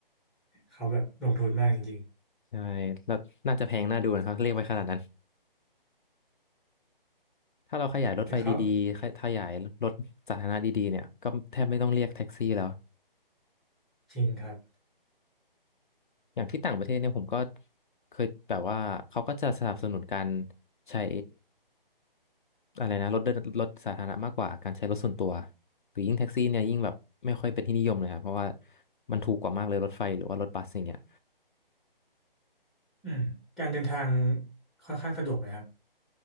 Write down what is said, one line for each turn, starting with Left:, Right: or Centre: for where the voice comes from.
Centre: เขาแบบลงทุนมากจริง
Left: ใช่แล้วน่าจะแพงน่าดูนะครับเรียกไว้ขนาดนั้นถ้าเราขยายรถไฟดีๆขยขยายรถสาธารณะดีๆเนี่ยก็แทบไม่ต้องเรียกแท็กซี่แล้ว
Centre: ๆแต่เขาจริงครับ
Left: อย่างที่ต่างประเทศเนี่ยผมก็เคยแบบว่าเขาก็จะสนับสนุนการใช้อะไรนะรถเดินรถสาธารณะมากกว่าการใช้รถส่วนตัวหรือยิ่งแท็กซี่เนี่ยยิ่งแบบไม่ค่อยเป็นที่นิยมเลยครับเพราะว่ามันถูกกว่ามากเลยรถไฟหรือว่ารถบัสอย่างเงี้ย
Centre: อืมการเดินทางค่อนข้างสะดวกไหมครับ